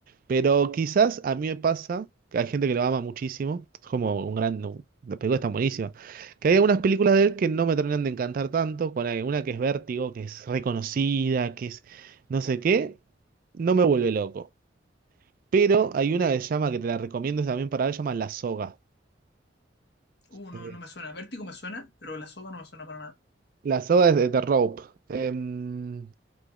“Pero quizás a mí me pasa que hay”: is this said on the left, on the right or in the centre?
Right